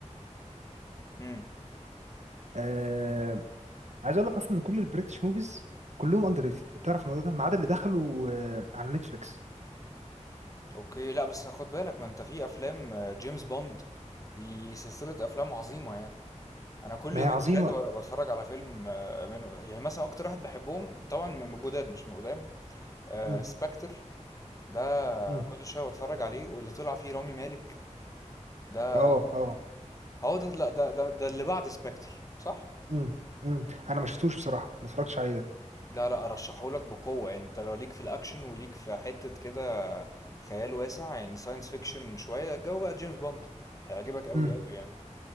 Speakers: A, on the left; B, on the right.
A: امم
B: آه عايز اقول لك اصلا ان كل البريتش موفيز كلهم اندر ريتد تعرف الموضوع ده ما عدا اللي دخلوا آه على نتفليكس
A: اوكي لا بس خد بالك ما انت في افلام آه، جيمس بوند دي سلسله افلام عظيمه يعني انا كل
B: ما
A: يومين
B: هي عظيمه
A: ثلاثه بتفرج على فيلم آه، منه يعني مثلا اكتر واحد بحبهم طبعا من من الجداد مش من القدام آه
B: امم
A: سبكتر ده
B: امم
A: كل شويه بتفرج عليه واللي طلع فيه رامي مالك ده
B: اه اه
A: هو ده لا ده ده, ده اللي بعد سبكتر صح
B: امم امم انا ما شفتوش بصراحه ما اتفرجتش عليه ده
A: لا لا ارشحهولك بقوه يعني انت لو ليك في الاكشن وليك في حته كده خيال واسع يعني ساينس فيكشن شويه الجو بقى جيمس بوند هيعجبك قوي
B: امم
A: قوي يعني